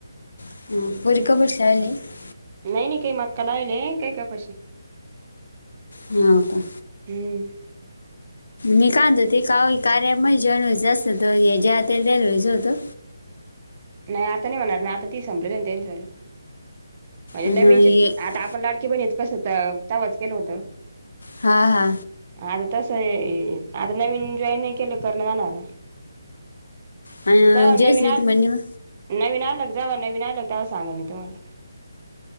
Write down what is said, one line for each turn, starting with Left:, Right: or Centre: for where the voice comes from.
Left: <unintelligible>
Right: नाही नाही काही मक्का लावेल काही कपाशी
Left: ह हो का
Right: हम्
Left: मी कांद ते का कार्या म जेईन व्हायचं असत हे जया ताईला व्हायचं होतं
Right: नाही आता नाही होणार नाही आता ती संपलीच वेळे म्हणजे
Left: आणि
Right: नवीनच
Left: हे-
Right: आता आपण लाड क्या बहिणीचं कसं तवाच केलं होतं
Left: हा हा
Right: आता तस आहे हे आता नवीन जॉईन नाही केलं करण जाणार
Left: अ
Right: जा नवीन
Left: जयश्री
Right: आ
Left: त म्हण्यवा
Right: नवीन आलं जवा नवीन आलं तवा सांगणं मी तुम्हाला